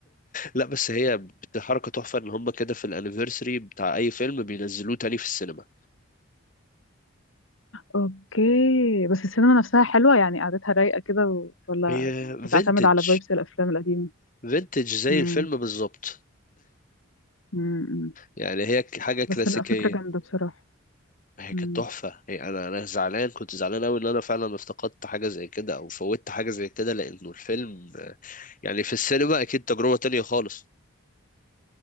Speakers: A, on the left; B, on the left.
A: لا بس هي بت- حركه تحفه ان هم كده في الانيفرساري بتاع اي فيلم بينزلوه تاني في السينما
B: اوكي بس السينما نفسها حلوه يعني قعدتها رايقه كده و- ولا
A: هي
B: بتعتمد
A: فينتج
B: على فايبس الافلام القديمه
A: فينتج زي
B: امم
A: الفيلم بالظبط
B: امم
A: يعني هي ك- حاجة كلاسيكية
B: بس لا فكره جامده بصراحه
A: هي
B: امم
A: كانت تحفة هي أنا أنا زعلان كنت زعلان أوي إن أنا فعلا افتقدت حاجة زي كده أو فوتت حاجة زي كده لأنه الفيلم آه، يعني في السينما أكيد تجربة تانية خالص